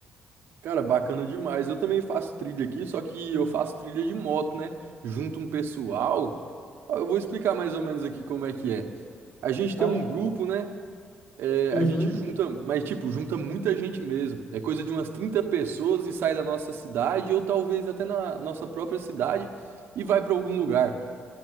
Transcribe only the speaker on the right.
cara, bacana demais. Eu também faço trilha aqui, só que eu faço trilha de moto, né? Junto um pessoal. Ó, Eu vou explicar mais ou menos aqui como é que é. A gente
tem um
grupo, né? É,
a gente junta, mas tipo, junta muita gente mesmo. É coisa de umas 30 pessoas e sai da nossa cidade, ou talvez até na nossa própria cidade, e vai pra algum lugar.